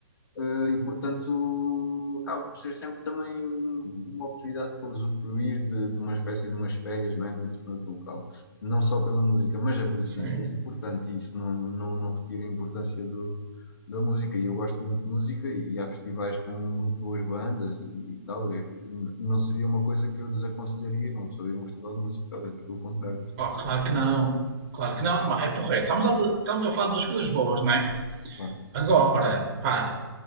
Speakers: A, on the left; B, on the right.
A: Eh, e portanto acaba por ser sempre também uma oportunidade para usufruir de, de uma espécie de umas férias, não é? Noutro, noutro local. Não só pela música, mas a música
B: Sim.
A: em si é importante e isso não, não, não retira a importância do, da música. E eu gosto muito de música e há festivais com muito boas bandas e, e tal. Eu- não seria uma coisa que eu desaconselharia uma pessoa ir a um festival de música, antes pelo contrário.
B: Oh, claro que não. Claro que não. É porreiro. Estamos a, estamos a falar de duas coisas boas, não é?
A: Claro.
B: Agora, pá,